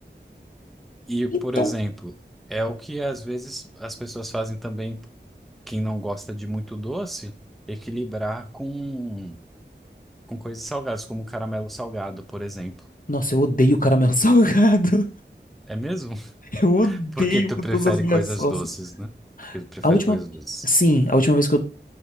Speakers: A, in the centre; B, on the left (about 50°).
A: E, por
B: Então,
A: exemplo, é o que às vezes as pessoas fazem também quem não gosta de muito doce, equilibrar com, com coisas salgadas, como caramelo salgado, por exemplo.
B: nossa, eu odeio caramelo <laughs> salgado.
A: É mesmo?
B: Eu odeio
A: <laughs> Porque tu
B: com
A: prefere
B: todas as minhas
A: coisas
B: forças.
A: doces, né? Porque tu prefere
B: A última,
A: coisas doces.
B: sim, a última vez que eu